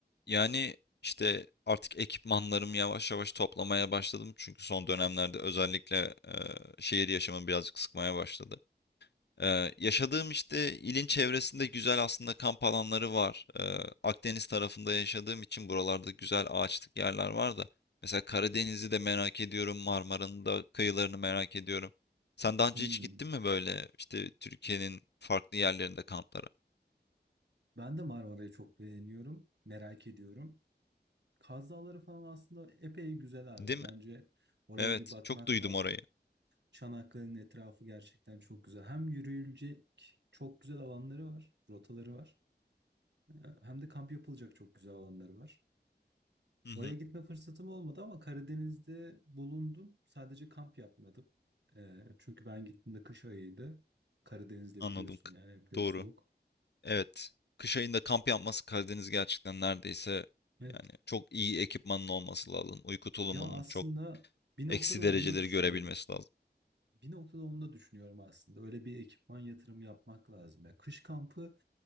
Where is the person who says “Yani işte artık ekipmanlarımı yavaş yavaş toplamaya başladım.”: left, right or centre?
Left